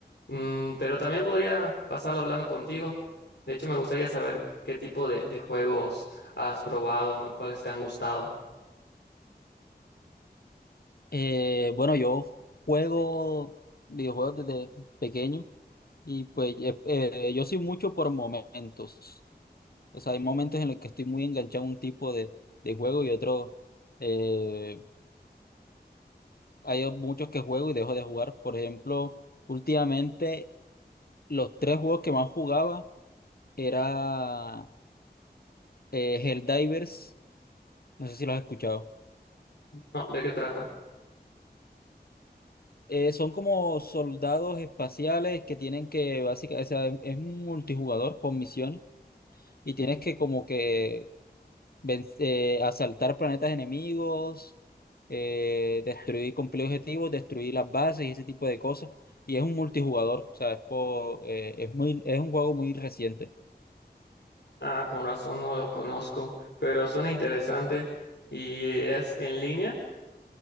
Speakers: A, on the left; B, on the left.
A: Mm, pero también podría pasarlo hablando contigo. De hecho, me gustaría saber qué tipo de, de juegos has probado y cuáles te han gustado.
B: Eh, bueno, yo juego videojuegos desde pequeño y pues eh, eh, yo soy mucho por momentos. O sea, hay momentos en los que estoy muy enganchado a un tipo de, de juego y otro. eh, hay muchos que juego y dejo de jugar. Por ejemplo, últimamente los tres juegos que más jugaba era eh, Helldivers. No sé si los has escuchado.
A: No, ¿de qué trata?
B: Eh, son como soldados espaciales que tienen que, básicamente, o sea, es un multijugador con misiones y tienes que como que ven- eh, asaltar planetas enemigos, eh, destruir, cumplir objetivos, destruir las bases y ese tipo de cosas. Y es un multijugador, o sea, es, por- eh, es muy, es un juego muy reciente.
A: Ah, con razón no lo conozco, pero suena interesante. ¿Y es en línea?